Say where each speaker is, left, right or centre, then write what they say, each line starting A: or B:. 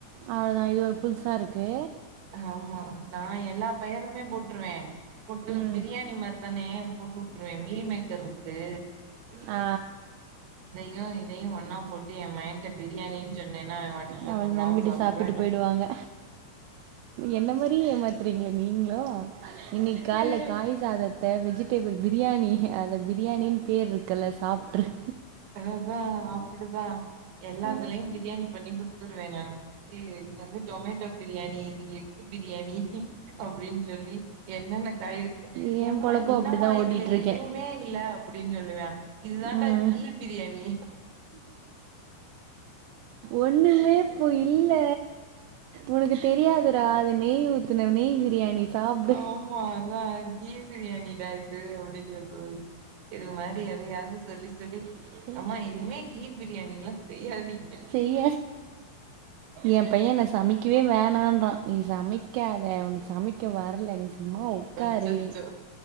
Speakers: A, on the right (about 85°); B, on the right (about 65°).
A: அவ்வளோதா இது ஒரு புதுசா இருக்கு
B: ஆமா நா எல்லா பெயருமே போட்டுருவே போட்டு
A: ம்
B: பிரியாணி மார்தானே போட்டு விட்டுருவே மில் மேக்கர் இருக்கு
A: ஆ
B: யும் இதையும் ஒன்னா போட்டு ஏ மகன்டா பிரியாணி சொன்னேன்னா அவன் வாட்டிக்கு சத்தமிலாமா
A: அவள நம்பிட்டு
B: சாப்பிட்டுரூவா
A: சாப்பிட்டு போயிடுவாங்க என்ன மாதிரி ஏமாத்துறீங் நீங்களோ இன்னைக்கு காலைல
B: வேற
A: காய் சாத வெஜிடேபிள் பிரியாணி அத பிரியாணின்னு பேர் இருக்குல்ல சாப்பிட்டூர்
B: அதா அப்படிதா எல்லாத்துலயு
A: ஆ
B: பிரியாணி பண்ணி கொடுத்துருவவே நானு இது வந்து டொமேட்டோ பிரியாணி இது எக்கு பிர் பிரியாணி அப்படின்னு சொல்லி என்னென்ன காய் இருக்கோ
A: ஏ
B: என்ம்ம
A: பொழப்பு
B: என்னம்மா
A: அப்டிதா ஓட்டிட்ருக்கே
B: இதுல எதுவுமே இல்ல அப்படி சொல்லுவ இது தான்டா
A: ம்
B: கி பிரியாணி
A: ஒண்ணுமே போ இல் இல்ல உனக்கு தெரியாதுடா அது நெய் உ ஊத்தன நெய் பிரியாணி சாப்டு
B: ஆமா அதா கீ பிரியாணிடா இது <unintelligible> இது மாதிரி எதையாவது சொல்லி சொல்லி
A: அப்டி
B: அம்மா இனிமே கீ பிரியாணில்லா செய்யாதி
A: செய்ய எ பைய என்ன சமைக்கவே வேணான்றா நீ சமைக்காத உனக் சமைக் க வற்ல சும்மா உக்காரு
B: அச்சச்சோ